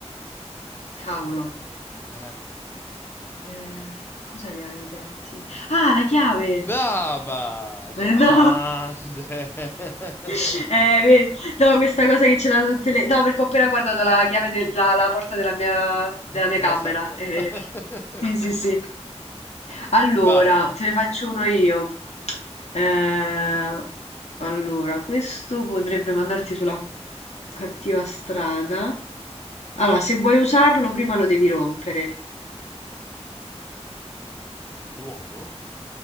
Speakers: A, on the left; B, on the left.
A: cavolo.
B: Eh.
A: Eh, cos'è che ha i denti? Ah, la chiave!
B: Brava! Grande!
A: Eh, No,
B: <laughs>
A: <laughs> eh, vedi, no, questa cosa che ce l'hanno tutte le... No, perché ho appena guardato la chiave della la porta della mia, della mia
B: Della
A: camera.
B: stanza.
A: eh.
B: <laughs>
A: Sì, sì, sì. Allora,
B: Vai.
A: te ne faccio uno io. Eh, allora, questo potrebbe mandarti sulla cattiva strada. Allora, se vuoi usarlo, prima lo devi rompere.
B: E l'uovo?